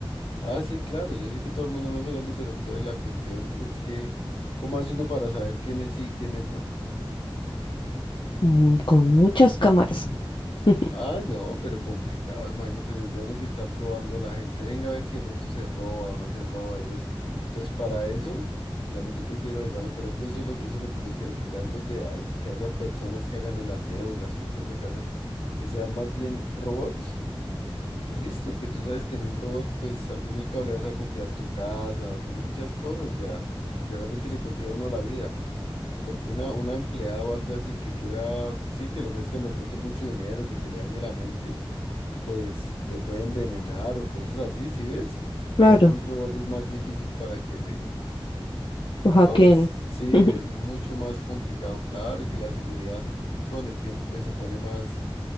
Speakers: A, on the left (about 85°); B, on the left (about 55°).
A: Ah, sí, claro, yo sé que todo el mundo no se vende, pero entonces la cuestión es que, ¿cómo hace uno para saber quiénes sí y quiénes no?
B: Mm, con muchas cámaras. <laughs>
A: Ah, no, pero complicado, imagínate, tendría uno que está probando la gente, venga a ver si de pronto se roba o no se roba y esto. Entonces, para eso, digamos, yo prefiero, digamos, por ejemplo, eso es lo, eso es lo que yo quiero, que ya en vez de ah, que haya personas que hagan el aseo y las cuestiones de casa, que sean más bien robots Y listo, que tú sabes que en un robot, pues al fin y al cabo le vas a confiar tu casa, son muchas cosas, o sea, literalmente le confía a uno la vida, porque una, una empleada o algo así que quiera, sí, que le ofrezcan de pronto mucho dinero, que se le dañe la mente, pues te puede envenenar o cosas así, ¿sí ves? En
B: Claro,
A: cambio, un robot es más difícil para que le... No,
B: lo hackeen.
A: es, sí,
B: <laughs>
A: es mucho más complicado, claro, y que la seguridad con el tiempo pues se pone más